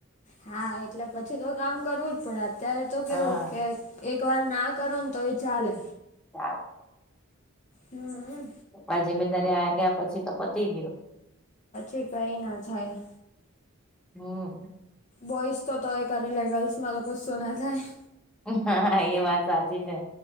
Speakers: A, on the left (about 30°); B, in the centre.
A: હા, એટલે પછી તો કામ કરવું જ પડે અત્યારે તો કેવું
B: હા
A: કે... એક વાર ના કરો ને તો એ ચાલે.
B: <unintelligible>
A: હમ
B: આ જમીદાર આવ્યા પછી તો પતી ગયું.
A: એ કઈ ના થાય.
B: હમ્મ.
A: બોઈસ તો તોય કરે ગર્લ્સમાં તો કશું ના થાય.
B: હા, હા એ વાત સાચી છે,